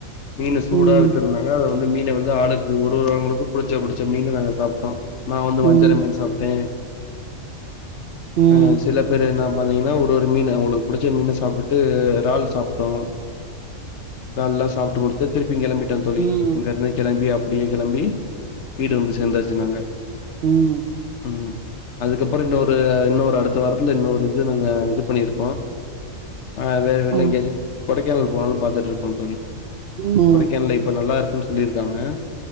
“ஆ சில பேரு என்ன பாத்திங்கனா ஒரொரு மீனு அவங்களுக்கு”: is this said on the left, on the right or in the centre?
Left